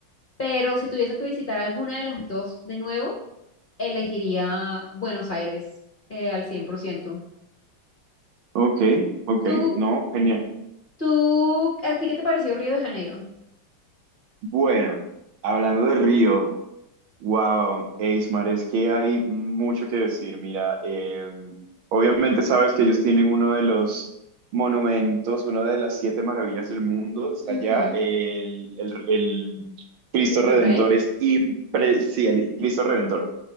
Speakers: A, on the left; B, on the right.
A: pero si tuviese que visitar alguna de las dos de nuevo, elegiría Buenos Aires eh, al cien por ciento
B: ok, ok,
A: ¿Tú,
B: no, genial.
A: tú, a ti qué te pareció Río de Janeiro?
B: Bueno, hablando de Río. Wow, eh, es que hay mucho que decir. Mira, eh, obviamente sabes que ellos tienen uno de los monumentos, una de las siete maravillas del mundo, está
A: Ujú.
B: allá. El, el- el Cristo
A: Cristo
B: Redentor
A: Rey.
B: es impre-
A: Ujú.
B: sí, el Cristo Redentor